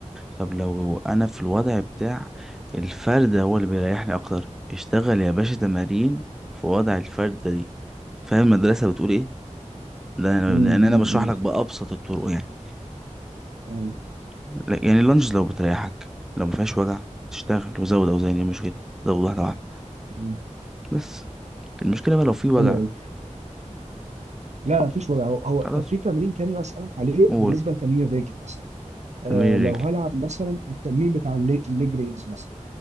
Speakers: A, in the centre; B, on the right.
A: طب لو أنا في الوضع بتاع الفردة هو اللي بيريحني أكتر اشتغل يا باشا تمارين في وضع الفردة دي فاهم المدرسة بتقول إيه؟ ده
B: امم
A: أنا- لأن أنا بشرح
B: امم
A: لك بأبسط الطرق يعني
B: امم
A: لا- يعني اللانجز لو بتريحك لو مفيهاش وجع تشتغل وزود أوزان إيه المشكلة زود واحدة واحدة
B: امم
A: بس المشكلة بقى لو في وجع
B: حلو قوي لا ما فيش وجع هو هو
A: خلاص
B: طب في تمرين تاني بسألك عليه
A: قول
B: بالنسبه لتمرين الرجل مثلا آه
A: تمارين الرجل
B: لو هلعب مثلا التمرين بتاع الليج ريز مثلا